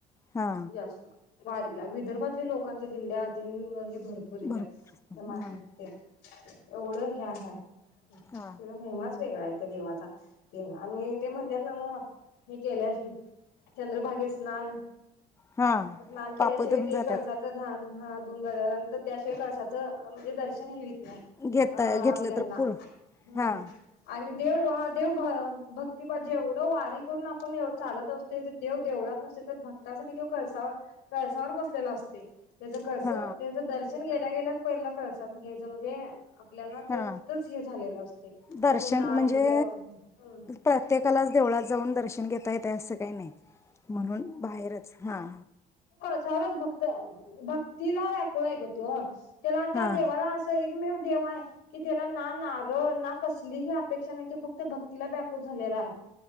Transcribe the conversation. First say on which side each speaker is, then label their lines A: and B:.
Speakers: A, on the left; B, on the left.
A: हा
B: जास्त मारी विदर्भातल्या लोकांच्या दिंड्या अ <unintelligible> पुरी
A: भरपूर
B: त्याच टमाटर
A: हा
B: तेल एवढं हया हाय.
A: हा
B: तेला महिमाच वेगळा आहे त्या देवाचा ते आणि ते म्हणत्यात नव्ह मी केलंय हे चंद्रभागे स्नान
A: हा
B: स्नान केल्याशिवाय
A: पाप धुऊन
B: ते
A: जातात
B: कळसाच झान हा <unintelligible> <inaudible> रिकामा ऑडिओ त्या शिवाय कळसात.. अ म्हणजे दर्शन होईत नाही
A: घेत
B: अ-आ
A: घेतलं
B: आपल्यांना
A: तर पूर
B: हं
A: हा
B: आणि.. देव हा देव भाव भक्तीबाजी एवढं वारी करून आपण चालत असतोय ते देव देवळात नसतोय तर भक्तासाठी तो कळसावर कळसावर बसलेला असतोय. त्याच कळस
A: हा
B: त्याच दर्श..... आपण गेल्या गेल्याच पहिला कळसाचं घ्यायचं म्हणजे.... आपल्याला
A: हा
B: ते तिथंच हे झालेलं असतय
A: दर्शन
B: पूर्ण आत
A: म्हणजे
B: हे नाही
A: प्रत्येकालाच देवळात जाऊन दर्शन घेत.... येतंय असं काही नाही.. म्हणून बाहेरच हा
B: चारच भक्त भक्तीला व्याकुळ हाय ग तो.... त्याला त्या
A: हां
B: देवाला असं एक... एकमेव देव हाय कि त्याला ना नारळ ना कसलीही अपेक्षा नाही तो फक्त भक्तीला व्याकुळ झालेला आहे.